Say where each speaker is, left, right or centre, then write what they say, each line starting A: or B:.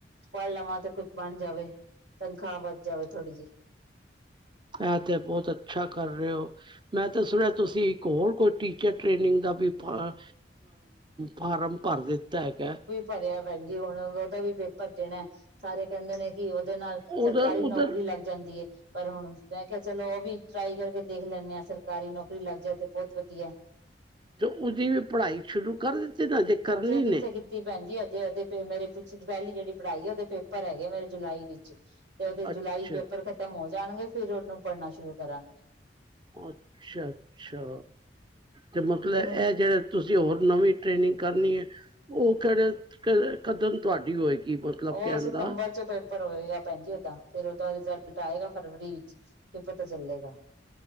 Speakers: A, on the right (about 80°); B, on the right (about 25°).
A: ਪੜ੍ਹ ਲਵਾਂ ਤੇ ਕੁੱਛ ਬਣ ਜਾਵੇ, ਤਨਖਾਹ ਵੱਧ ਜਾਵੇ ਥੋੜ੍ਹੀ ਜਈ।
B: ਏ ਤੇ ਬੋਤ ਅੱਛਾ ਕਰ ਰਹੇ ਹੋ ਮੈਂ ਤੇ ਸੁਣਿਐ ਤੁਸੀਂ ਇੱਕ ਹੋਰ ਕੋਈ ਟੀਚਰ ਟ੍ਰੇਨਿੰਗ ਦਾ ਵੀ ਪਾ ਫਾਰਮ ਭਰ ਦਿੱਤਾ ਹੈਗੈ
A: ਭਰਿਐ ਭੈਣਜੀ ਹੁਣ ਦਾ ਵੀ ਪੇਪਰ ਦੇਣੈ, ਸਾਰੇ ਕੈਂਦੇ ਨੇ ਜੀ ਓਦੇ ਨਾਲ
B: ਉਹਦਾ
A: ਸਰਕਾਰੀ ਨੌਕਰੀ
B: ਉਧਰ
A: ਲੱਗ ਜਾਂਦੀ ਏ। ਪਰ ਹੁਣ, ਮੈਂ ਕਿਹਾ ਚਲੋ ਉਹ ਵੀ ਟਰਾਈ ਕਰਕੇ ਦੇਖ ਲੈਂਨੇ ਆਾਂ। ਸਰਕਾਰੀ ਨੌਕਰੀ ਲੱਗ ਜਾਏ ਤੇ ਬਹੁਤ ਵਧੀਐ
B: ਤੇ, ਉਹਦੀ ਵੀ ਪੜ੍ਹਾਈ ਸ਼ੁਰੂ ਕਰ ਦਿੱਤੀ? ਨਾ ਜੇ ਕਰਨੀ
A: ਅਜੇ ਕਿੱਥੇ
B: ਨੇ
A: ਕੀਤ ਤੀ ਭੈਣ ਜੀ, ਅਜੇ, ਅਜੇ ਤੇ ਮੇਰੇ ਪਿਛਲ ਪਹਿਲੀ ਜੇੜੀ ਪੜ੍ਹਾਈ ਏ ਓਦੇ ਪੇਪਰ ਹੈਗੇ ਮੇਰੇ ਜੁਲਾਈ ਵਿੱਚ ਤੇ ਓਦੇ
B: ਅੱਛਾ,
A: ਜੁਲਾਈ ਪੇਪਰ ਖ਼ਤਮ ਹੋ ਜਾਣਗੇ ਫਿਰ ਓਨੂੰ ਪੜ੍ਹਨਾ ਸ਼ੁਰੂ ਕਰਾਂਗੀ।
B: ਅੱਛਾ-ਅੱਛਾ, ਤੇ ਮਤਲਬ
A: ਇੱਕ
B: ਏਹ ਜੇੜੇ ਤੁਸੀਂ ਹੋਰ ਨਵੀਂ ਟ੍ਰੇਨਿੰਗ ਕਰਨੀ ਏ, ਓਹ ਕੇੜੇ ਕੇੜ ਕਦਨ ਤਵਾਡੀ ਹੋਏਗੀ? ਮਤਲਬ
A: ਓ
B: ਕਹਿਣ
A: ਸਿਤੰਬਰ
B: ਦਾ
A: ਚ ਪੇਪ ਪੇਪਰ ਹੋਏਗਾ ਭੈਨ ਜੀ ਓਦਾ ਫੇਰ ਓਦਾ ਰਿਜ਼ਲਟ ਆਏਗਾ ਫਰਵਰੀ ਵਿੱਚ ਫੇ ਪਤਾ ਚੱਲੇਗਾ।